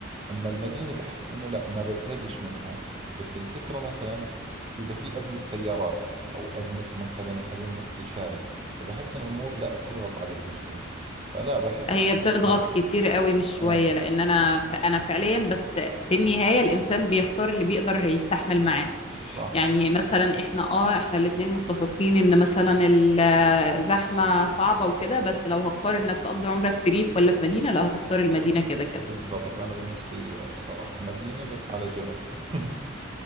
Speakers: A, on the right (about 30°); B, on the left (about 30°).
A: أما المدينة بحس إنه لا ما بزهقش منها بس الفكرة مثلا إذا في أزمة سيارات أو أزمة مثلا خلينا نحكي شارع فبحس إن الأمور لا بتضغط عليك شوي فلا بحس
B: هي
A: بصراحة
B: بتضغط كتير قوي مش شوية
A: آه
B: لأن أنا ف- أنا فعليا بس في النهاية الإنسان بيختار اللي بيقدر يستحمل معاه
A: صح
B: يعني مثلا إحنا آه إحنا الاتنين متفقين إن مثلا الزحمة صعبة وكده بس لو هتقارن إنك تقضي عمرك في ريف ولا في مدينة لا هتختار المدينة كده كده
A: بالضبط أنا بالنسبة لي آه بصراحة مدينة بس على جبل <laughs>